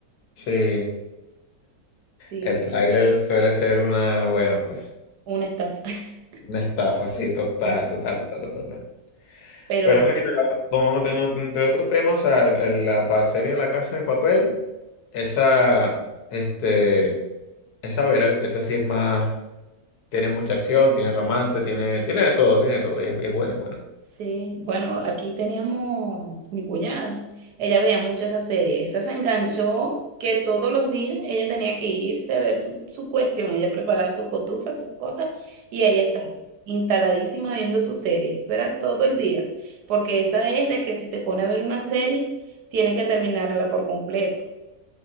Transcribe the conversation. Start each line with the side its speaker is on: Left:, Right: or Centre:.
Left: Sí,
Right: Sí,
Left: el
Right: sí,
Left: tráiler suele ser una, bueno, pues,
Right: una estafa. <laughs>
Left: una estafa, sí, total,
Right: Una estafa.
Left: total, total, total. total.
Right: Pero
Left: Pero mira, como tengo entre otros temas, o sea, el- la parcería de la Casa de Papel, esa, este, esa vela, ¿viste? Esa sí es más, tiene mucha acción, tiene romance, tiene, tiene de todo, tiene de todo, y es, y es buena, es buena.
Right: Sí, bueno, aquí teníamos mi cuñada. Ella veía mucho esa serie. Esa se enganchó que todos los días ella tenía que irse a ver su, su cuestión. Ella preparaba sus cotufas, sus cosas, y ahí estaba, instaladísima viendo su serie. Eso era todo el día. Porque esa es de que si se pone a ver una serie, tiene que terminarla por completo.